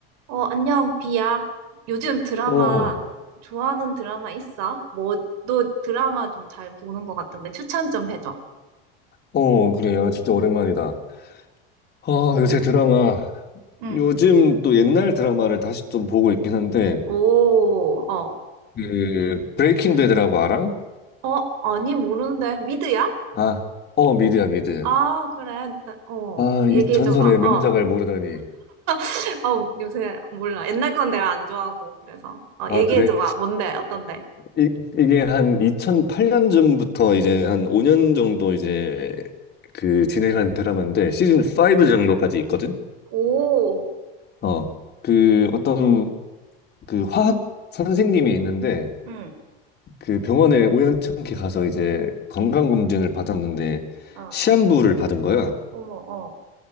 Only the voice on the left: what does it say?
어,
어, 그래요. 진짜 오랜만이다. 아, 요새 드라마.
요즘 또 옛날 드라마를 다시 좀 보고 있긴 한데,
그, 브레이킹 배드라고 알아?
아, 어, 미드야, 미드.
아,
이 전설의 명작을
모르다니.
아,
그래?
이, 이게 한 2008년쯤부터 이제 한 5년 정도 이제 그 진행한 드라마인데, 시즌 5 정도까지 있거든?
어, 그 어떤 그 화학 선생님이 있는데,
그 병원에 우연찮게 가서 이제 건강검진을 받았는데
시한부를 받은 거야.